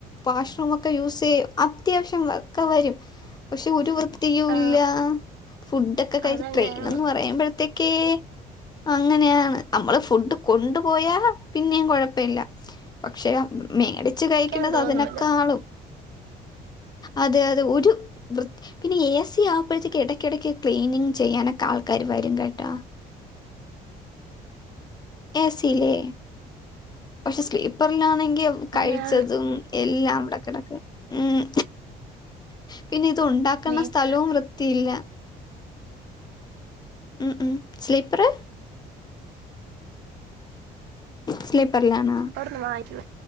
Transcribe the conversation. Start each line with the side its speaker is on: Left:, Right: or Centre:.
Left: വാഷ്റൂമൊക്കെ യൂസ് ചെയ്യും. അത്യാവശ്യം ഒക്കെ വരും. പക്ഷെ ഒരു വൃ ത്തിയു
Right: ആ
Left: ല്ല. ഫുഡ് ഒക്കെ കഴി
Right: അതങ്ങനെയാണ്
Left: ട്രെയിൻ എന്ന് പറയുമ്പോഴത്തേക്കേ അങ്ങനെയാണ്. നമ്മള് ഫുഡ് കൊണ്ടു പോയാ പിന്നെയും കുഴപ്പ ഇല്ല. പക്ഷെ മേടിച്ചു കഴിക്കുന്നത്
Right: ഇരിക്കാൻ തോന്നൂല
Left: അതിനൊക്കാളും അതെ അതെ ഒരു വൃ പിന്നെ എ സി ആവുമ്പോഴത്തേക്ക് ഇടയ്ക്കിടയ്ക്ക് ക്ലീനിങ് ചെയ്യാനൊക്കെ ആൾക്കാാര് വരും. കേട്ടോ എ സില്ലേ പക്ഷെ സ്ലീപ്പറിലാണേ ക്യോ
Right: അങ്ങനെയാണ്
Left: കഴിച്ചതും എല്ലാം അവടെ കെടക്കും. മ് പിന്നെ ഇത് ഉണ്ടാക്കുന്ന
Right: സ്ലീപ്പ്
Left: സ്ഥലവും വൃത്തിയില്ല. ഉം ഉം സ്ലിപ്പറ് സ്ലീപ്പറിലാണ?
Right: അവിടുന്ന് വാങ്ങിക്കുക